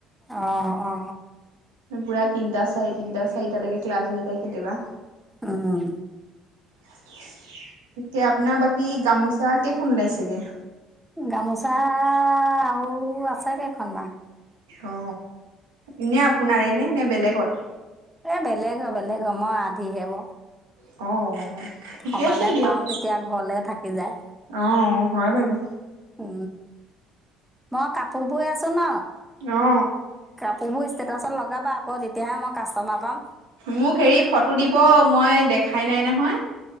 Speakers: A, in the centre; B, on the right (about 80°).
A: অহ অ অ।
B: পুৰা তিনিটা চাৰে তিনটা চাৰিটালৈকে ক্লাছ হৈ যায় কেতিয়াবা।
A: উম।
B: তাকে আপোনাৰ বাকী গামোচা কেইখন ওলাইছেগে।
A: গামোচা আৰু আছে কেইখনমান।
B: অ এনে আপোনাৰেনে নে বেলেগৰ।
A: এ বেলেগ হয় বেলেগ হয় মই আধিহে ব।
B: অ। ঠিকে
A: সমানে
B: আছে দিয়ক।
A: পাও তেতিয়া ঘৰলে থাকি যায়।
B: অ হয় বাৰু।
A: উ মই কাপোৰ বোৰ আছো ন।
B: অ
A: কাপোৰ বোৰ ষ্টেটাচত লগাবা। কত তেতিয়াহেই কাষ্টমাৰ। পাম
B: মোক হেৰি ফটো দিব মই দেখ। খাই নাই নহয়।